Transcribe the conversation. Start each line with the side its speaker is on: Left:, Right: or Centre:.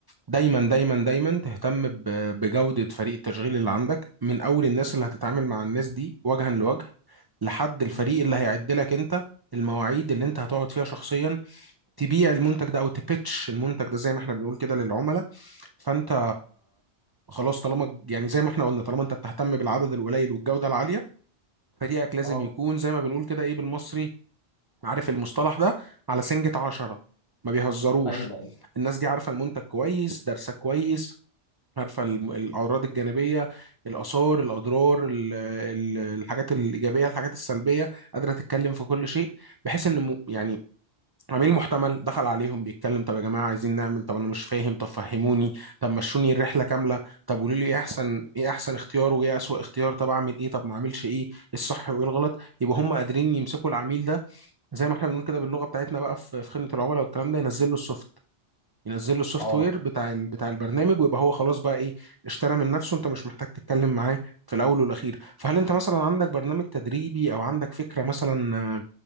Right: دايما دايما دايما تهتم ب- بجودة فريق التشغيل اللي عندك من اول الناس اللي هتتعامل مع الناس دي وجها لوجه لحد الفريق
Left: مم.
Right: اللي هيعد لك انت المواعيد اللي انت هتقعد فيها شخصيا تبيع المنتج ده او تبيتش المنتج ده زي ما احنا بنقول كده للعملاء فانت خلاص طالما يعني زي ما احنا قلنا طالما انت بتهتم بالعدد القليل والجودة العالية فريقك لازم
Left: اه
Right: يكون زي ما بنقول كده ايه بالمصري عارف المصطلح ده على سنجة عشرة ما بيهزروش
Left: ايوه ايوه
Right: الناس دي عارفة المنتج كويس دارسة كويس عارفة الم- الأعراض الجانبية الآثار الأضرار ال- ال- الحاجات الإيجابية الحاجات السلبية قادرة تتكلم في كل شيء بحيث إن م- يعني عميل محتمل دخل عليهم بيتكلم طب يا جماعه عايزين نعمل طب انا مش فاهم طب فهموني طب مشوني الرحله كامله طب قولوا لي ايه احسن ايه احسن اختيار وايه اسوأ اختيار طب اعمل ايه طب ما اعملش ايه إيه الصح وايه الغلط يبقى هم قادرين يمسكوا العميل ده زي ما احنا بنقول كده باللغه بتاعتنا بقى في في خدمه العملاء والكلام ده ينزل له السوفت ينزل له السوفت
Left: اه
Right: وير بتاع ال- بتاع البرنامج ويبقى هو خلاص بقى ايه اشترى من نفسه انت مش محتاج تتكلم معاه في الاول والاخير فهل انت مثلا عندك برنامج تدريبي او عندك فكره مثلا آه،